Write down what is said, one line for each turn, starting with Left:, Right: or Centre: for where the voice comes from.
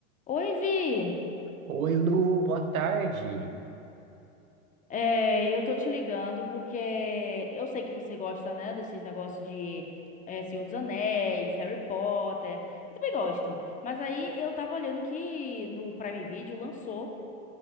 Left: Oi, Vi!
Right: Oi, Lu, boa tarde.
Left: É, eu tô te ligando porque eu sei que você gosta, né, desses negócios de é, Senhor dos Anéis, Harry Potter. Eu também gosto. Mas aí eu tava olhando que no Prime Video lançou